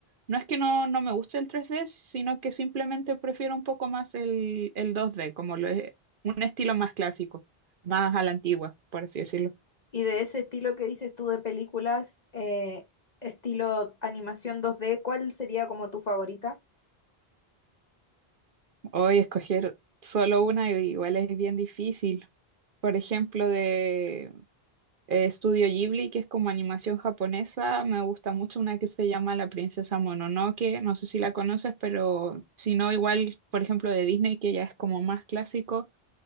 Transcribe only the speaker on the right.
No es que no, no me guste el 3D, sino que simplemente prefiero un poco más el, el 2D, como lo es, un estilo más clásico, más a la antigua, por así decirlo.
Hoy escoger solo una igual es bien difícil. Por ejemplo, de eh, Studio Ghibli, que es como animación japonesa, me gusta mucho una que se llama La Princesa Mononoke, no sé si la conoces, pero si no, igual, por ejemplo, de Disney, que ya es como más clásico.